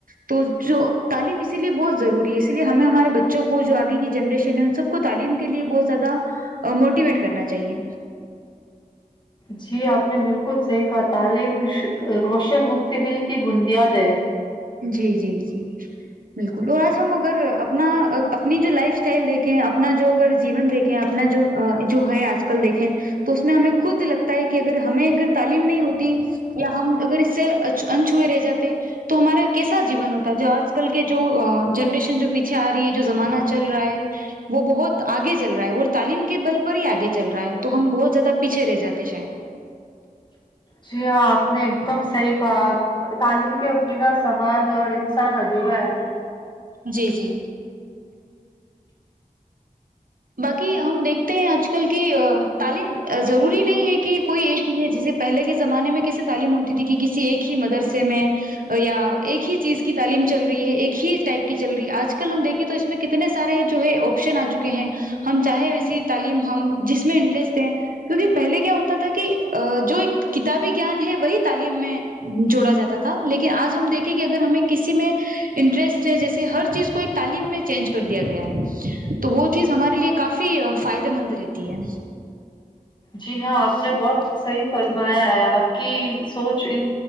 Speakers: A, on the right; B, on the left.
A: تو جو تعلیم اسی لیے بہت ضروری ہے اسی لیے ہمیں ہمارے بچوں کو جو آگے کی جنریشن ہے ان سب کو تعلیم کے لیے بہت زیادہ موٹیویٹ کرنا چاہیے
B: جی آپ نے بالکل صحیح کہا تعلیم روشن مکتبل کی بنندیاد ہے
A: جی جی جی بالکل اور آج ہم اگر اپنا اپنی جو لائف اسٹائل دیکھیں اپنا جو اگر جیون دیکھیں اپنا جو جو ہے آج کل دیکھیں تو اس میں ہمیں خود لگتا ہے کہ اگر ہمیں اگر تعلیم نہیں ہوتی یا ہم اگر اس سے ان چھ ہوئے رہ جاتے تو ہمارے کیسا جیون ہوتا ہے جو آج کل کے جو جنریشن جو پیچھے آ رہی ہے جو زمانہ چل رہا ہے وہ بہت آگے چل رہا ہے وہ تعلیم کے بل پر ہی آگے چل رہا ہے تو ہم بہت زیادہ پیچھے رہ جاتے شاید
B: جی ہاں آپ نے ایک دم صحیح کہا تعلیم کے بنا سماج اور انسان ادھورا ہے
A: جی جی باقی ہم دیکھتے ہیں آج کل کی تعلیم ضروری نہیں ہے کہ کوئی ایک ہی ہے جیسے پہلے کے زمانے میں کیسے تعلیم ہوتی تھی کہ کسی ایک ہی مدرسے میں یا ایک ہی چیز کی تعلیم چل رہی ہے ایک ہی ٹائپ کی چل رہی ہے آج کل ہم دیکھیں تو اس میں کتنے سارے جو ہے آپشن آ چکے ہیں ہم چاہیں ویسی تعلیم ہم جس میں انٹرسٹ ہیں کیونکہ پہلے کیا ہوتا تھا کہ جو کتابی گیان ہے وہی تعلیم میں جوڑا جاتا تھا لیکن آج ہم دیکھیں کہ اگر ہمیں کسی میں انٹرسٹ ہے جیسے ہر چیز کو ایک تعلیم میں چینج کر دیا گیا ہے تو وہ چیز ہمارے لیے کافی فائدے مند رہتی ہے
B: جی ہاں آپ نے بہت صحیح فرمایا ہے آپ کی سوچ ان